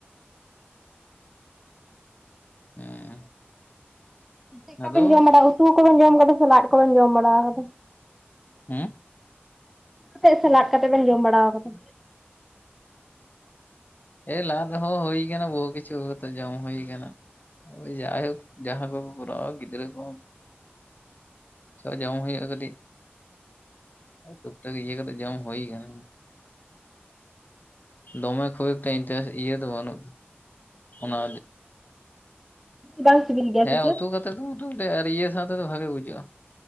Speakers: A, on the left (about 45°); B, in the centre.
A: ᱦᱮᱸ᱾
B: ᱪᱮᱫᱠᱟᱵᱮᱱ
A: ᱟᱫᱚ
B: ᱡᱚᱢ ᱵᱟᱲᱟ ᱩᱛᱩ ᱠᱚᱵᱮᱱ ᱡᱚᱢ ᱠᱟᱫᱟ ᱥᱮ ᱞᱟᱫ ᱠᱚᱵᱮᱱ ᱡᱚᱢ ᱵᱟᱲᱟᱣ ᱠᱟᱫᱟ?
A: ᱦᱮᱸ?
B: ᱠᱟᱛᱮ ᱥᱮ ᱞᱟᱫ ᱠᱟᱛᱮᱫ ᱵᱮᱱ ᱡᱚᱢ ᱵᱟᱲᱟ ᱟᱠᱟᱫᱟ?
A: ᱮ ᱞᱟᱫ ᱦᱚᱸ ᱦᱳᱭ ᱠᱟᱱᱟ ᱵᱚᱦᱩ ᱠᱤᱪᱷᱩ ᱠᱟᱛᱮ ᱡᱚᱢ ᱦᱩᱭ ᱠᱟᱱᱟ᱾ ᱡᱟᱭᱦᱳᱠ ᱡᱟᱦᱟᱸ ᱠᱚᱠᱚ ᱠᱚᱨᱟᱣᱟ ᱜᱤᱫᱽᱨᱟᱹ ᱠᱚ᱾ ᱪᱚ ᱡᱚᱢ ᱦᱩᱭᱩᱜᱼᱟ ᱠᱟᱹᱴᱤᱡ᱾ ᱴᱩᱠ-ᱴᱟᱠ ᱤᱭᱟᱹ ᱠᱟᱛ ᱡᱚᱢ ᱦᱳᱭ ᱠᱟᱱᱟ᱾ ᱫᱚᱢᱮ ᱠᱷᱩᱵ ᱮᱠᱴᱟ ᱤᱱᱴᱦᱟᱥ ᱤᱭᱟᱹ ᱫᱚ ᱵᱟᱹᱱᱩᱜ ᱚᱱᱟ
B: ᱵᱟᱝ ᱥᱤᱵᱤᱞ ᱜᱮᱭᱟ᱾
A: ᱦᱮᱸ
B: ᱥᱮ ᱪᱮᱫ
A: ᱩᱛᱩ ᱠᱟᱛᱮᱫ ᱫᱚ ᱢᱚᱴᱟᱢᱩᱴᱤ ᱟᱨ ᱤᱭᱟᱹ ᱥᱟᱸᱣᱛᱮᱚ ᱵᱷᱟᱜᱮ ᱵᱩᱡᱟᱹᱜᱼᱟ᱾